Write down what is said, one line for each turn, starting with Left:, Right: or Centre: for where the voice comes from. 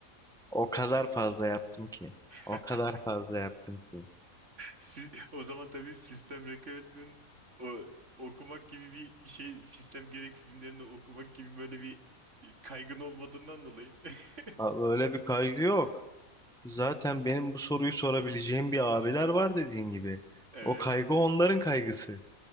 Centre: o kadar fazla yaptım ki. O
Right: <laughs>
Centre: kadar fazla yaptım ki.
Right: Si- o zaman tabii sistem requirement o, okumak gibi bir şey sistem gereksinimlerini okumak gibi böyle bir e, kaygın olmadığından dolayı. <laughs>
Centre: Abi öyle bir kaygı yok. Zaten benim bu soruyu sorabileceğim bir abiler var dediğin gibi.
Right: Evet.
Centre: O kaygı onların kaygısı.